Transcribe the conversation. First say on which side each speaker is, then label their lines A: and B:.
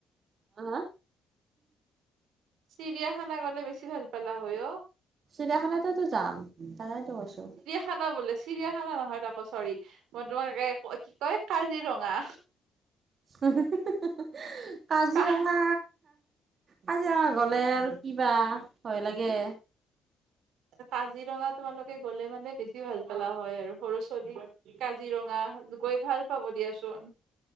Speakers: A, on the right; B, on the right.
A: <unintelligible> হা?
B: চিৰিয়াখানা গলে বেছি ভাল পালা হয় অ
A: চিৰিয়াখানাতেতো যাম, তাকেতো কৈছো।
B: খানা বোলে, চিৰিয়াখানা নহয়, চৰি মই তোমাক কি কয় কাজিৰঙা।
A: <unintelligible> কাজিৰঙা
B: কা
A: কাজিৰঙা গ'লে আৰু কিবা ভয় লাগে।
B: কাজিৰঙা তোমালোকে গ'লে মানে বেছি ভাল পালা হয়, আৰু সৰু ছোৱালী। কাজিৰঙা গৈ ভাল পাব দিয়াচোন।